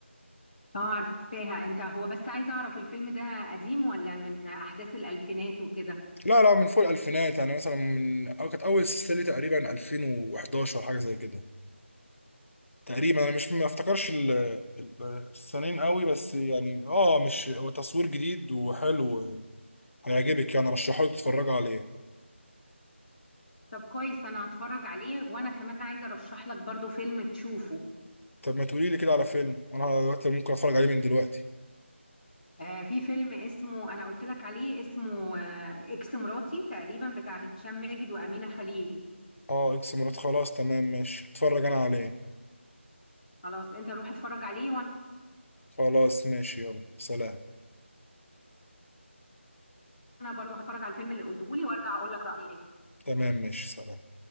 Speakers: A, on the left; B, on the left.
A: اه عارفاها انت هو بس عايزة أعرف الفيلم ده قديم ولا من أحداث الألفينات وكده
B: لا لا من فوق الألفينات يعني مثلا من أو كانت أول سلسلة ليه تقريبا 2011 حاجة زي كده تقريبا انا مش ما افتكرش ال- ال- السنين قوي بس يعني اه مش هو تصوير جديد وحلو هيعجبك يعني رشحه لك تتفرج عليه
A: طب كويس انا هتفرج عليه وانا كمان عايزه ارشح لك برضو فيلم تشوفه
B: طب ما تقولي لي كده على فيلم انا دلوقتي ممكن اتفرج عليه من دلوقتي
A: آه في فيلم اسمه انا قلت لك عليه اسمه آه اكس مراتي تقريبا بتاع هشام ماجد وامينه خليل
B: اه اكس مرات خلاص تمام ماشي اتفرج انا عليه
A: خلاص انت روح اتفرج عليه وانا
B: خلاص ماشي يلا سلام
A: برضو هتفرج على الفيلم اللي قلته لي وارجع اقول لك رايي ايه
B: تمام ماشي سلام